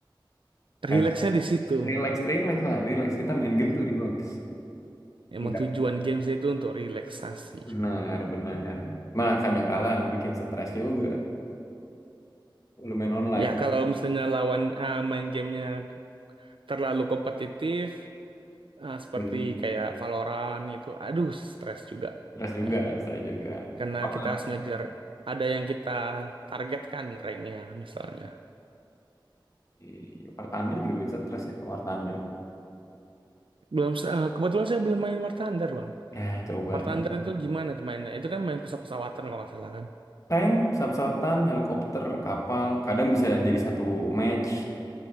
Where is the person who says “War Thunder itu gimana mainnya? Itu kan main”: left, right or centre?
Right